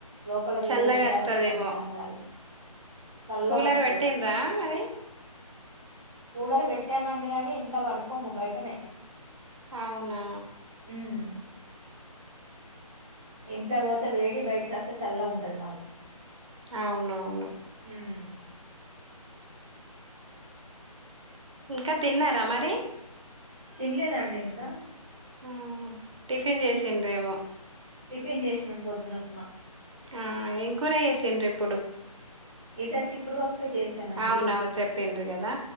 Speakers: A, in the centre; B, on the right.
A: లోపల వేడి
B: చల్లగా
A: వేడి గాలి
B: వస్తదేమో
A: వస్తాంది ఫ్యాన్ గాలి చల్లగా
B: కూలర్
A: వస్తది
B: పెట్టిండ్ర మరి
A: కూలర్ పెట్టామండి గాని ఇంట్లో పడుకోము బయటనే
B: అవునా
A: ఉమ్ ఇంట్లో పోతే వేడి బయటకస్తే చల్లగుంటది మాకు
B: అవునవును
A: ఉమ్
B: ఇంకా తిన్నారా మరి
A: తినలేదండి ఇంకా
B: ఆ టిఫిన్ చేసిండ్రేమో
A: టిఫిన్ చేసినాం పొద్దునుప్మా
B: ఆ, ఏం కూర చేసిన్రు ఇప్పుడు?
A: ఇదా, చిక్కుడుపప్పే చేశానండి.
B: అవునవును చెప్పిండ్రు కదా